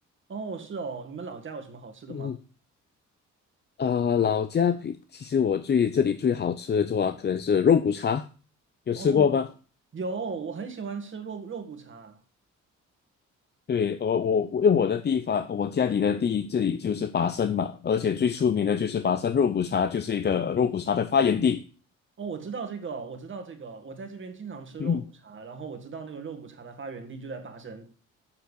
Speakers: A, on the right; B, on the left.
A: 哦，是哦，你们老家有什么好吃的吗？
B: 嗯，啊、老家比其实我最这里最好吃的话，可能是肉骨茶，有吃过吗？
A: 哦，有，我很喜欢吃肉肉骨茶。
B: 对，我我我因为我的地方，我家里的地这里就是拔升嘛，而且最出名的就是拔升肉骨茶，就是一个肉骨茶的发源地。
A: 哦，我知道这个，我知道这个，我在这边经常吃肉骨茶，
B: 嗯
A: 然后我知道那个肉骨茶的发源地就在巴生。